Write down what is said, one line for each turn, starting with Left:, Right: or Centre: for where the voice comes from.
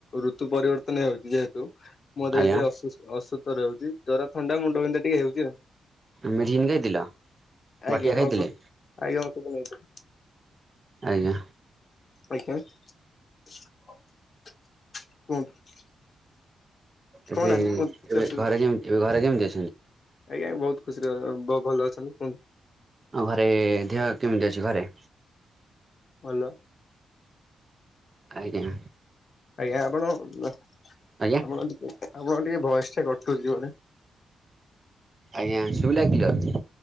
Left: ଋତୁ ପରିବର୍ତ୍ତନ ହେଉଛି ଯେହେତୁ। ମୋ ଦେହ
Right: ଆଜ୍ଞା
Left: ଟିକେ ଅ ଅସୁସ୍ଥ ଅସୂତ ରହୁଛି ଜର ଥଣ୍ଡା ମୁଣ୍ଡ ବିନ୍ଧା ଟିକେ ହେଉଛି ଆଉ।
Right: ମେଡିସିନ ଖାଇଥିଲ? ବଟିକା
Left: ଆଜ୍ଞା
Right: ଖାଇଥିଲେ?
Left: ଔଷଧ ଆଜ୍ଞା ଔଷଧ ନେଇ।
Right: ଆଜ୍ଞା।
Left: ଆଜ୍ଞା <unintelligible> କୁହନ୍ତୁ।
Right: ଏବେ
Left: କହୁନାହାନ୍ତି କୁହନ୍ତୁ କିଛି
Right: ଏବେ
Left: ଅସୁବିଧା
Right: ଘରେ କେମିତି ଏ ଘରେ କେମତି?
Left: ଆଜ୍ଞା ବହୁତ ଖୁସିରେ ଭଲ ଅଛନ୍ତି କୁହନ୍ତୁ।
Right: ଆଉ ଘରେ ଦେହ କେମିତି ଅଛି ଘରେ?
Left: ହାଲୋ!
Right: ଆଜ୍ଞା।
Left: ଆଜ୍ଞା, ଆପଣ ବା ଆପଣ
Right: ଆଜ୍ଞା
Left: ଯଦି ଆପଣଙ୍କର ଟିକେ ଭଏସ୍ ଟା କଟୁଛି ବୋଧେ।
Right: ଆଜ୍ଞା, ଶୁଭିଲା କି?